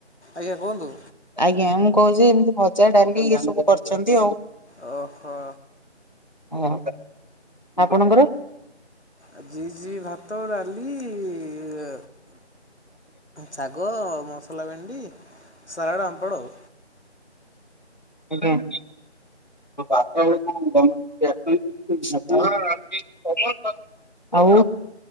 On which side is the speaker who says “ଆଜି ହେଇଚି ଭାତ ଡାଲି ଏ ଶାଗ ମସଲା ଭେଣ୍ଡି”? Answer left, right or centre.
Left